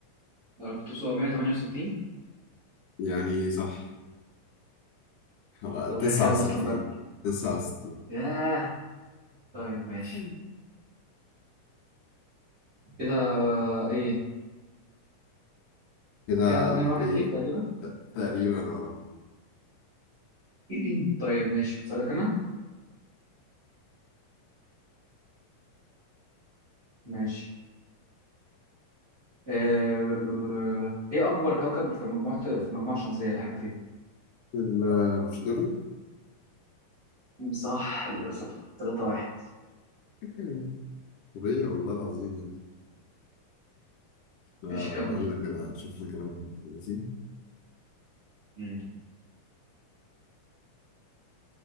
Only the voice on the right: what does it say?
1968
طب
هي كام أصلا بقى؟
ياه طيب ماشي
كده إيه
كده اتنين واحد
ليك تقريبا
ولا إيه؟
<clears throat> طيب ماشي أسألك أنا ماشي آه، إيه أكبر كوكب في مجموعة في المجموعة الشمسية اللي إحنا فيها؟
مم، صح للأسف تلاتة واحد
ماشي كمل
مم.